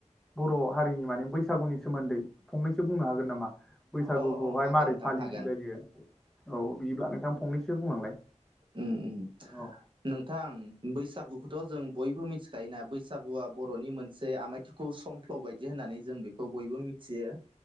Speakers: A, in the centre; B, on the right.
A: बर' हारिनि माने बैसागुनि सोमोन्दै फंनैसो बुंनो हागोन नामा? बैसागुखौहाय
B: अ अ हागोन
A: मारोरै
B: नोंथां
A: फालिनाय
B: हागोन
A: जायो। औ बिदिब्ला नोंथां फंनैसो बुंलांलाय।
B: उम उम।
A: औ
B: नोंथां बैसागुखौथ' जों बयबो मिथिखायोना। बैसागुआ बर'नि मोनसे आमायथु कौ समफ्ल' बायदि होननानै जों बेखौ बयबो मिथियो